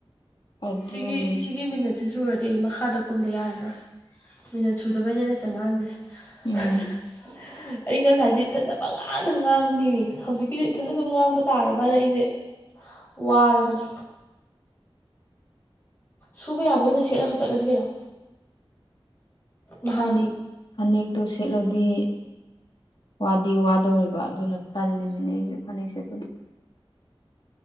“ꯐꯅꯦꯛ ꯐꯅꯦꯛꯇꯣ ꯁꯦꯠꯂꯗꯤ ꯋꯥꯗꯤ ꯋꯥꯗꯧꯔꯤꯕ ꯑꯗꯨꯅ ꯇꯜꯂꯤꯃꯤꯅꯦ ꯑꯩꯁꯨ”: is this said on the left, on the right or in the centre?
Left